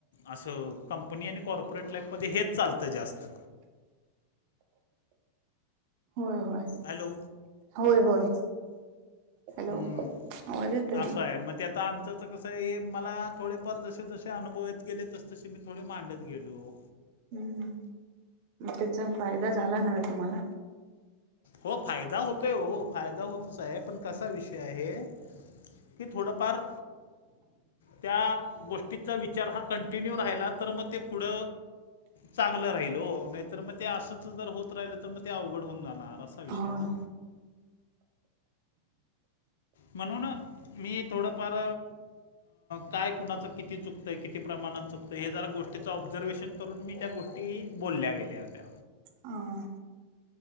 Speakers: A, on the left; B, on the right.
A: असं कंपनी आणि कॉर्पोरेट लाईफमध्ये हेच चालतं जास्त.
B: होय होय
A: हॅलो,
B: होय, होय..... हॅलो
A: हम्म,
B: आवाज येतोय ना
A: असं आहे मग त्यात आता आमच्याचं कसं आहे, हे मला थोडेफार जसे- जसे अनुभवेत गेले तसे- तसे मी थोडे मांडत गेलो.
B: हम्म, मग त्याचा फायदा झाला न व्हे तुम्हाला?
A: हो फायदा होतोय, हो फायदा होतच आहे, पण कसा विषय आहे कि थोडफार त्या गोष्टीचा विचार हा कंटिन्यू राहिला तर मग ते पुढ चांगल राहील. हो नाहीतर मग ते अच जर होत राहिल तर मग ते अवघड होऊन जाणार अस. असा विषय
B: होय
A: ना, म्हणून मी थोडफार काय कुणाच किती चुकत आहे किती प्रमाणात चुकत आहे हे जर गोष्टीच ऑब्झर्वेहेशन करून मी त्या गोष्टी बोलल्या गेल्या होत्या.
B: ह.